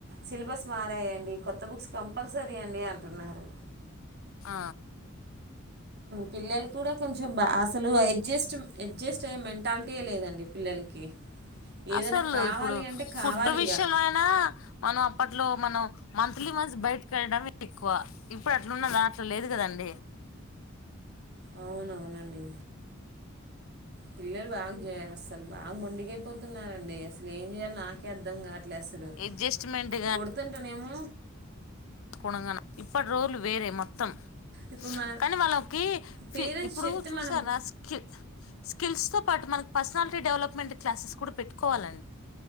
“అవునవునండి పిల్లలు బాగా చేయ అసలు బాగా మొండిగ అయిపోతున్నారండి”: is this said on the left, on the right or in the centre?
Right